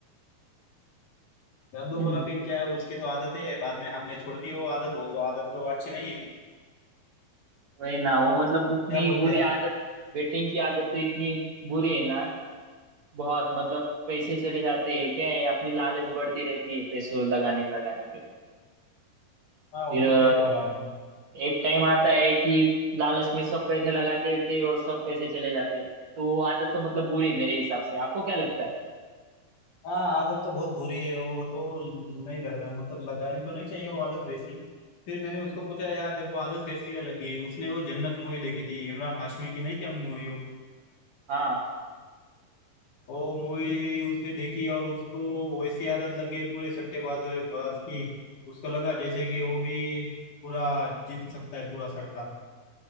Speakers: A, on the left; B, on the right.
A: हम तो
B: हाँ
A: बोला फिर क्या है उसकी तो आदत है बाद में हमने छोड़ दी वो आदत वो तो आदत तो अच्छी नहीं है
B: वही ना वो मतलब उतनी
A: क्या बोलते
B: बुरी
A: हैं आप
B: आदत बेटिंग की आदत तो इतनी बुरी है ना बहुत मतलब पैसे चले जाते हैं क्या है अपनी लालच बढ़ती रहती है पैसों लगाने लगाने पे
A: हाँ वो
B: फिर अ,
A: तो सही बोला आपने
B: एक टाइम आता है कि लालच में सब पैसे लगाते रहते हैं और सब पैसे चले जाते हैं तो वो आदत तो मतलब बुरी है मेरे हिसाब से आपको क्या लगता है
A: हाँ आदत तो बहुत बुरी है वो तो नहीं लगा मतलब लगानी तो नहीं चाहिए वो आदत वैसी फिर मैंने उसको पूछा यार तेरे को आदत कैसी है लगी उसने वो जन्नत मूवी देखी थी इमरान हाशमी की नहीं क्या मूवी हो
B: हाँ
A: वो मूवी उसने देखी और उसको वैसी आदत लग गई पूरे सट्टेबाज बाज की उसको लगा जैसे कि वो भी पूरा जीत सकता है पूरा सट्टा